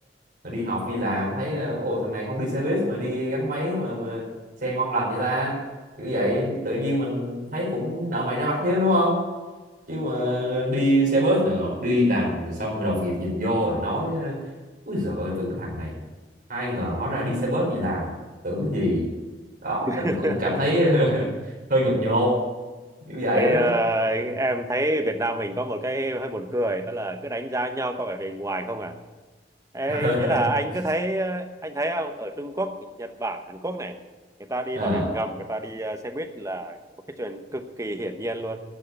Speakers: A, on the right; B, on the right.
A: Rồi đi học đi làm thấy ờ, ồ thằng này không đi xe buýt mà đi gắn máy mà mà xe ngon lành vậy ta kiểu vậy tự nhiên mình thấy cũng nợ mày nợ mặt chứ đúng không chứ mà đi xe bus này đi làm rồi xong rồi đồng nghiệp nhìn vô rồi nói ui giời ơi tưởng cái thằng này ai ngờ hóa ra đi xe bus đi làm tưởng gì đó
B: <laughs>
A: nên là cũng cảm thấy <laughs> hơi nhột nhột như vậy
B: Ê,
A: đó
B: à, em thấy Việt Nam mình có một cái hơi buồn cười đó là cứ đánh giá nhau qua vẻ bề ngoài không à Ê,
A: <laughs>
B: ý là anh cứ thấy ờ, anh thấy không ở Trung Quốc Nhật Bản Hàn Quốc này người ta đi
A: à
B: tàu điện ngầm người ta đi ờ, xe buýt là một cái chuyện cực kỳ hiển nhiên luôn